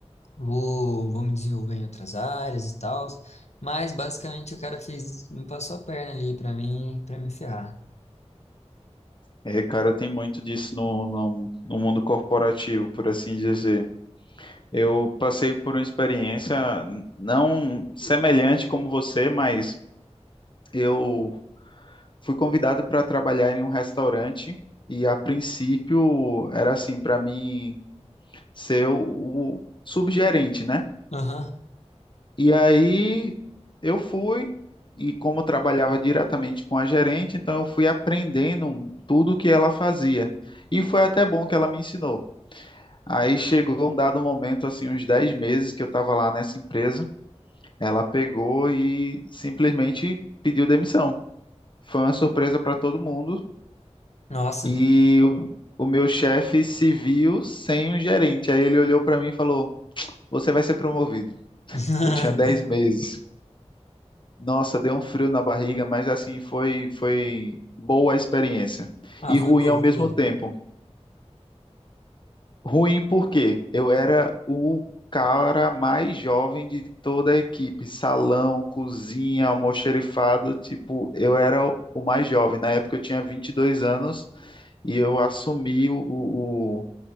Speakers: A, on the left (about 70°); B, on the left (about 45°).
A: vou, vou me desenvolver em outras áreas e tal, mas basicamente o cara fez, me passou a perna ali pra mim, para me ferrar.
B: É, cara, tem muito disso no, no, no mundo corporativo, por assim dizer. Eu passei por uma experiência n- não semelhante como você, mas eu fui convidado para trabalhar em um restaurante e a princípio era assim, para mim ser o, o subgerente, né?
A: Aham.
B: E aí eu fui, e como eu trabalhava diretamente com a gerente, então eu fui aprendendo tudo o que ela fazia. E foi até bom que ela me ensinou. Aí chegou um dado momento, assim, uns 10 meses que eu estava lá nessa empresa, ela pegou e simplesmente pediu demissão. Foi uma surpresa para todo mundo
A: Nossa.
B: e o, o meu chefe se viu sem um gerente. Aí ele olhou para mim e falou: Você vai ser promovido.
A: <laughs>
B: Eu tinha 10 meses. Nossa, deu um frio na barriga, mas assim, foi, foi boa a experiência.
A: Ah,
B: E
A: foi
B: ruim
A: boa,
B: ao mesmo
A: foi boa.
B: tempo. Ruim porque eu era o cara mais jovem de toda a equipe. Salão, cozinha, almoxerifado, tipo, eu era o o mais jovem. Na época eu tinha 22 anos e eu assumi o, o,